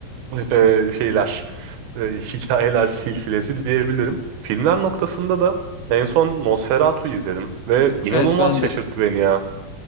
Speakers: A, on the right; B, on the left.
A: <laughs> e, şeyler e, hikayeler silsilesi diyebilirim. Filmler noktasında da en son Nosferatu izledim ve inanılmaz
B: Evet ben
A: şaşırttı
B: de.
A: beni ya.